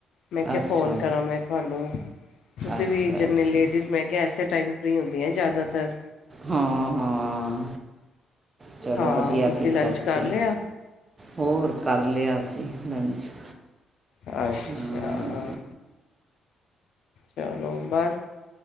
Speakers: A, on the left; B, on the right.
A: ਮੈਂ ਕਿਹਾ
B: ਅੱਛਾ
A: ਫੋਨ ਕਰਾਂ ਮੈਂ ਤੁਹਾਨੂੰ ਤੁਸੀਂ
B: ਅੱਛਾ
A: ਵੀ ਜਿੰਨੇ
B: ਅੱਛਾ
A: ਲੇਡੀਜ਼ ਮੈਂ ਕਿਹਾ ਐੇਸੇ ਟਾਈਮ ਫਰੀ ਹੁੰਦੀਆਂ ਜ਼ਿਆਦਾਤਰ।
B: ਹਾਂ ਹਾਂ। ਚਲੋ
A: ਹਾਂ
B: ਵਧੀਆ
A: ਤੁਸੀਂ
B: ਕੀਤਾ
A: ਲੰਚ
B: ਤੁਸੀਂ।
A: ਕਰ ਲਿਆ
B: ਹੋਰ ਕਰ ਲਿਆ ਅਸੀਂ ਲੰਚ।
A: ਅੱਛਾ
B: ਹਾਂ
A: ਚਲੋ ਬਸ,